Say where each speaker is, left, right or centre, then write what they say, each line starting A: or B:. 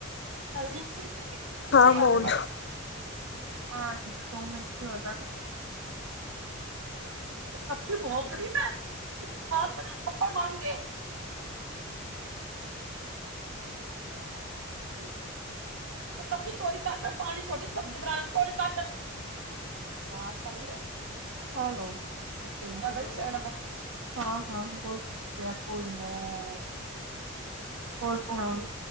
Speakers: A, on the right; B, on the left.
A: <unintelligible> ਦੇ
B: ਹਾਂ
A: ਬਂਦ
B: ਬੋਲ
A: ਹਾਂ ਦੋ ਮਿੰਟ ਹੋ <inaudible> ਕਬ ਕੀ ਬਹੁਤ ਗਰੀਬ ਹੈ ਤੁ ਬਾਤ ਮੇਂ ਨਾ ਥੱਪੜ ਮਾਰੂੰਗੀ <unintelligible> ਤੇ ਕਪੀ ਤੋਰੀ ਘਾਟ ਪਾਣੀ ਛੋਟੀ ਸਬਜ਼ੀ ਬਣਾਣੀ ਤੋਰੀ ਘਾਟ ਬਕਵਾਸ ਕਰ ਲਈ ਹਲੋ
B: ਹੈਲੋ
A: ਬੈਸਣਾ
B: ਹਾਂ ਹਾਂ
A: ਹਾਂ ਹਾਂ ਬ ਜੈਪੁਰ ਨੇੈਂ ਹੋਰ ਸੁਣਾਓ